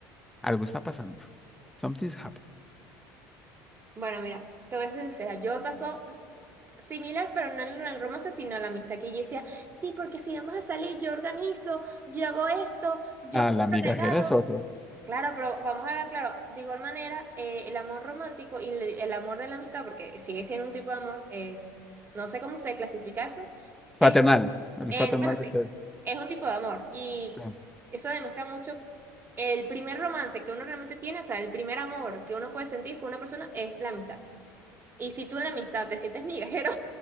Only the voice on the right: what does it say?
Bueno, mira, te voy a ser sincera, yo pasó Similar, pero no en el romance, sino la amistad que yo decía, sí, porque si vamos a salir, yo organizo, yo hago esto, yo
compro
regalos.
Claro, pero vamos a ver, claro, de igual manera, eh, el amor romántico y el, el amor de la amistad, porque sigue siendo un tipo de amor, es, no sé cómo se clasifica eso, es,
en,
bueno, sí,
es un tipo de amor. Y
eso demuestra mucho el primer romance que uno realmente tiene, o sea, el primer amor que uno puede sentir con una persona es la amistad. Y si tú en la amistad te sientes migajero,